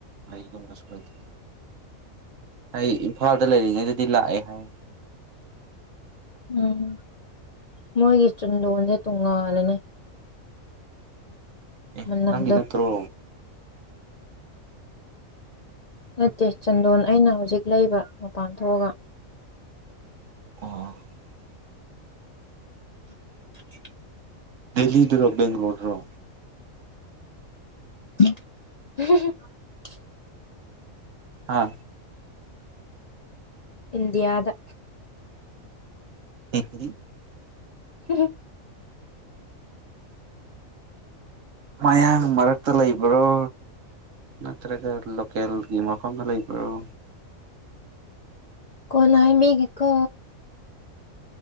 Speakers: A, on the right; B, on the left.
A: ꯑꯩ ꯌꯨꯝꯗꯁꯨ ꯂꯩꯇꯦ ꯑꯩ ꯏꯝꯐꯥꯜꯗ ꯂꯩꯔꯤꯉꯩꯗꯗꯤ ꯂꯥꯛꯑꯦ ꯍꯥꯏ
B: ꯎꯝ ꯃꯣꯏꯒꯤ ꯆꯨꯟꯗꯣꯟꯁꯦ ꯇꯣꯡꯉꯥꯜꯂꯅꯦ
A: ꯑꯦ
B: ꯃꯅꯝꯗꯣ
A: ꯅꯪꯒꯤ ꯅꯠꯇꯔꯣ
B: ꯅꯠꯇꯦ ꯆꯟꯗꯣꯟ ꯑꯩꯅ ꯍꯧꯖꯤꯛ ꯂꯩꯕ ꯃꯄꯥꯟ ꯊꯣꯛꯑꯒ
A: <unintelligible>
B: <unintelligible>
A: ꯗꯦꯜꯂꯤꯗꯨꯔꯣ ꯕꯦꯡ꯭ꯒꯂꯔꯣꯗꯔꯣ
B: <unintelligible>
A: ꯍꯥ
B: ꯏꯟꯗꯤꯌꯥꯗ
A: <unintelligible>
B: <unintelligible>
A: ꯃꯌꯥꯡ ꯃꯔꯛꯇ ꯂꯩꯕ꯭ꯔꯣ ꯅꯠꯇ꯭ꯔꯒ ꯂꯣꯀꯦꯜꯒꯤ ꯃꯐꯝꯗ ꯂꯩꯕꯔꯣ
B: ꯀꯣꯅꯥ ꯍꯥꯏꯃꯤꯒꯤꯀꯣ